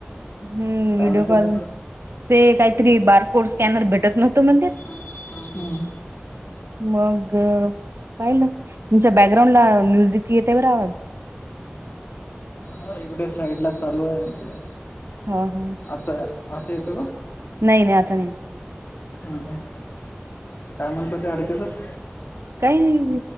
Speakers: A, on the right; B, on the left.
A: हम्म
B: काय
A: व्हडिओ
B: म्हणतो
A: कॉल...
B: ते
A: ते काहीतरी बारकोड स्कॅनर भेटत नव्हतो म्हणजे...
B: हम....
A: मग पाहिलं तुमच्या बॅकग्राउंड ला म्युझिक येतेवर आवाज...
B: ह इकडे साईड ला चालू आहे ते...
A: हा हा....
B: आता आता येत ग...
A: नाही नाही आता नाही...
B: हम ह काय म्हणतो ते अडक्याचच...
A: काही